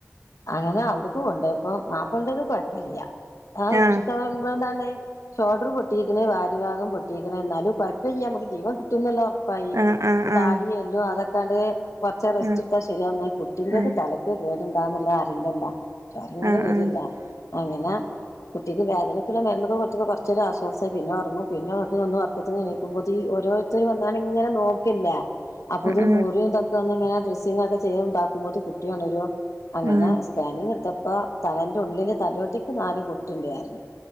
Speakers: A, on the left; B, on the right.
A: അങ്ങനെ അവിട്ക്ക് കൊണ്ടോയപ്പോ മാപ്പളന്റെത് കൊഴപ്പല്ല്യ ആ <unintelligible>
B: ആഹ്
A: ഷോൾഡറ് പൊട്ടിക്ക്ണ് വാരി ഭാഗം പൊട്ടിക്ക്ണ് എന്നാലും കൊഴപ്പല്ല്യ നമുക്ക് ജീവൻ കിട്ടും എന്ന ഒർ
B: ആഹ് ആഹ്
A: <unintelligible> താടിയെല്ലും അതൊ <unintelligible> കൊറച്ച റെസ്റ്റ്
B: ആഹ്
A: ഇട്ത്താ ശരിയാവുന്ന കുട്ടിന്റെത്
B: ആഹ്
A: തലക്ക് കേടുണ്ടാന്നുള്ളെ അറീലല്ലാ ചോരങ്ങനെ
B: ആഹ്
A: വര്
B: ആഹ് ആഹ്
A: ല്ലേ അങ്ങനെ കുട്ടിക്ക് വേദനക്കുള്ള മരുന്നൊക്കെ കൊടുത്തപ്പോ കൊറച്ചൊരു ആശ്വാസം പിന്നെ ഒറങ്ങുംപിന്നെ ഒന്നുറക്കത്തിന നീക്കുമ്പോത്തിന് ഓരോരുത്തര് വന്ന് ങ്ങാണ്ട് ഇങ്ങനെ നോക്ക്ല്ലേ അപ്പോത്തിന്
B: ആഹ് ആഹ് ആഹ്
A: മുറിയും ഇതൊക്കെ ഒന്നിങ്ങനെ ഡ്രസ്സിങ്ങൊക്കെ ചെയ്യും ഇതാക്കുമ്പോത്തിന് കുട്ടിയൊ ണരും അങ്ങനെ
B: ആഹ്
A: സ്കാനിങ്ങ് ഇടുത്ത പ്പോ തലന്റെ ഉള്ളില് തലോട്ടിക്ക് നാല് പൊട്ട്ണ്ട് ന്നറഞ്ഞ്